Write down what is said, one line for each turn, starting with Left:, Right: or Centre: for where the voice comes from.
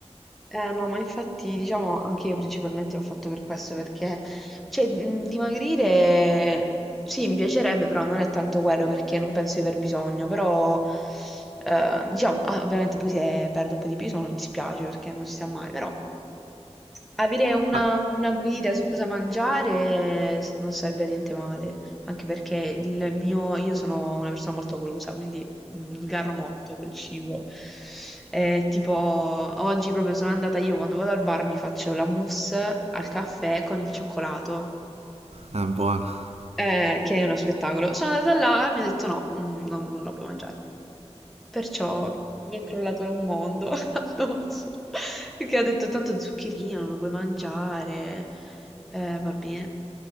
Centre: Eh, no, ma infatti, diciamo, anche io principalmente l'ho fatto per questo, perché, cioè, mh, dimagrire, sì, mi piacerebbe, però non è tanto quello, perché non penso di aver bisogno, però, eh, diciamo, ah, ovviamente poi se perdo un po' di peso non dispiace, perché non si sa mai, però, avere una,
Right: Ah,
Centre: una guida su cosa mangiare eh, non sarebbe niente male, anche perché il mio, io sono una persona molto golosa, quindi mm, sgarro molto col cibo. Eh, tipo, oggi proprio sono andata io, quando vado al bar mi faccio la mousse al caffè con il cioccolato,
Right: ah, è buono.
Centre: eh, che è uno spettacolo. Sono andata là e mi ha detto no, mm, non, non la puoi mangiare. Perciò mi è crollato un mondo <laughs> addosso. Perché ha detto tanto zuccherino, non lo puoi mangiare. Eh, va bene,